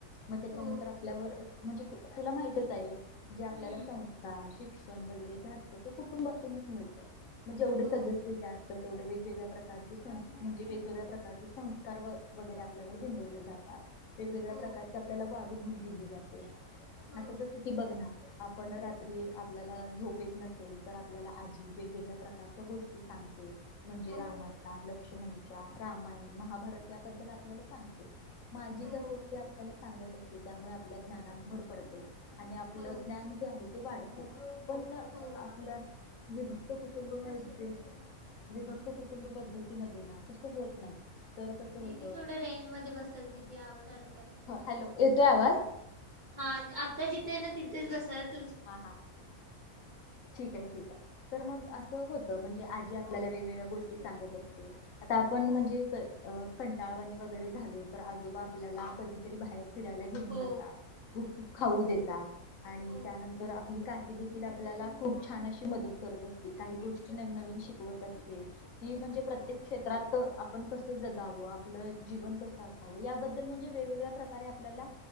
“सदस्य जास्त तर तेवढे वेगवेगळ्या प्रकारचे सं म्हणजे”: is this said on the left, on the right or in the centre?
Left